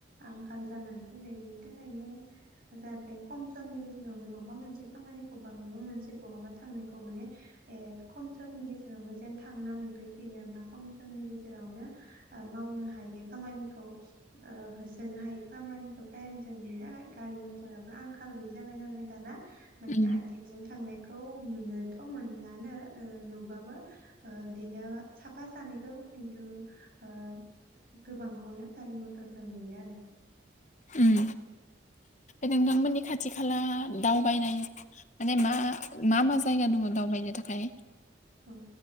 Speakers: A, on the right; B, on the left.
A: आंखाल जानानै फैबाय बिनि थाखायनो जाहाथे खम समनि गेजेरावनो माबा मोनसे खामानिखौ बा माबा मोनसे बहाबा थांनायखौ माने खम समनि गेजेरावनो जेन थांना मोनफैफिनो बा खम समनि गेजेरावनो मावनो हायो खामानिखौ ओ होसोनो हायो खामानिखौ टाइमजों बेनि थाखाय गारि मथराबो आंखाल गैयि जाबाय नालाय दाना माने
B: उम
A: आथिंजों थां खौ नुनोथ' मोनलानो ओ नुबाबो ओ इदिनो साफा थानायखौ खिन्थु ओ गोबांखौनो गारि मथर जों नुयो आरो
B: उम नोंथांमोननि खाथि खाला दावबायनाय माने मा मा मा जायगा दङ दावबायनो थाखाय?
A: उ